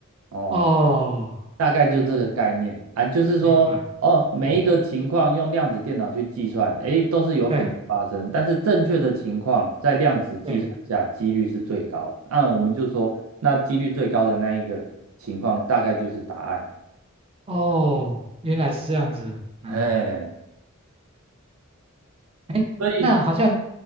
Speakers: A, on the right; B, on the right.
A: 哦。
B: 哦，
A: 大概就这个概念啊，
B: 嗯，
A: 就是说，
B: 明白。
A: 哦，每一个情况用量子电脑去计算，
B: 哎
A: 诶，都是有可能发生，
B: 对
A: 但是正确的情况在量子计算下几率是最高。
B: 对，
A: 那我们就说，那几率最高的那一个情况大概就是答案。
B: 哦，原来是这样子。嗯，
A: 哎，
B: 哎，
A: 所以，
B: 那好像，